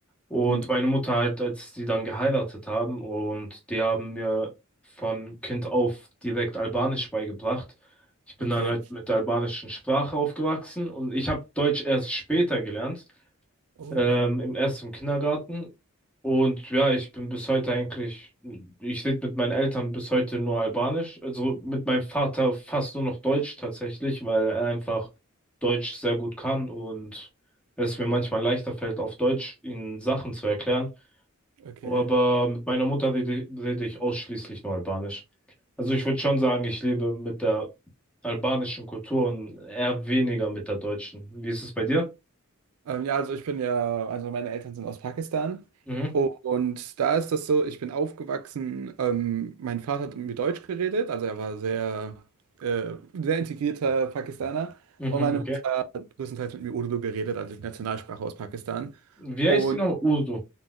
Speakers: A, in the centre; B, on the right.
A: Und
B: Mhm.
A: meine Mutter halt, als die dann geheiratet haben. Und die haben mir von Kind auf direkt Albanisch beigebracht. Ich bin
B: Okay.
A: dann halt mit der albanischen Sprache aufgewachsen. Und ich habe Deutsch erst später gelernt.
B: Oh,
A: ähm, im erst im Kindergarten. Und ja, ich bin bis heute eigentlich, ich rede mit meinen Eltern bis heute nur Albanisch. Also mit meinem Vater fast nur noch Deutsch tatsächlich, weil er einfach Deutsch sehr gut kann und es mir manchmal leichter fällt, auf Deutsch ihnen Sachen zu erklären.
B: okay.
A: Aber mit meiner Mutter rede, rede ich ausschließlich nur Albanisch. Also ich würde schon sagen, ich lebe mit der albanischen Kultur und eher weniger mit der deutschen. Wie ist es bei dir?
B: Ähm, ja, also ich bin ja, also meine Eltern sind aus Pakistan
A: Mhm.
B: und da ist das so, ich bin aufgewachsen, ähm, mein Vater hat mit mir Deutsch geredet, also er war sehr, äh, sehr integrierter Pakistaner
A: Mhm.
B: und meine Mutter hat größtenteils mit mir Urdu geredet, also die Nationalsprache aus Pakistan
A: Wie
B: und
A: heißt die nochmal? Urdu.